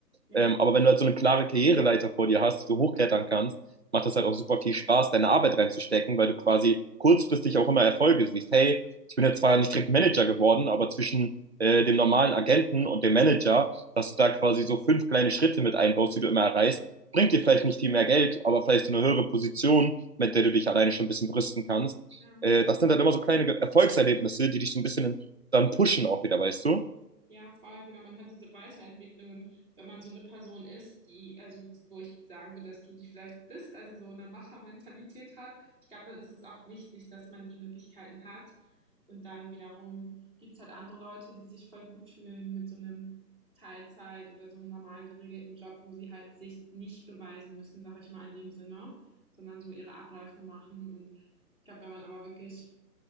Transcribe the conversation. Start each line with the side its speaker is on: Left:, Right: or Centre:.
Centre: Ja,
Right: Ähm, aber wenn du halt so eine klare Karriereleiter vor dir hast, die du hochklettern kannst, macht das halt auch super viel Spaß, deine Arbeit reinzustecken, weil du quasi kurzfristig auch immer Erfolge siehst. Hey, ich bin jetzt zwar nicht direkt Manager geworden, aber zwischen äh, dem normalen Agenten und dem Manager, dass du da quasi so fünf kleine Schritte mit einbaust, die du immer erreichst, bringt dir vielleicht nicht viel mehr Geld, aber vielleicht so eine höhere Position, mit der du dich alleine schon ein bisschen brüsten kannst.
Centre: ja.
Right: Äh, das sind dann immer so kleine Erfolgserlebnisse, die dich so ein bisschen dann pushen auch wieder, weißt du?
Centre: Ja, voll, genau. Man hat diese Weiterentwicklung und wenn man so eine Person ist, die, also wo ich sagen würde, dass du die vielleicht bist, also so eine Machermentalität hat, ich glaube, dann ist es auch wichtig, dass man die Möglichkeiten hat. Und dann wiederum gibt es halt andere Leute, die sich voll gut fühlen mit so einem Teilzeit oder so einem normalen geregelten Job, wo sie halt sich nicht beweisen müssen, sag ich mal in dem Sinne, sondern so ihre Abläufe machen. Und ich glaube, wenn man aber wirklich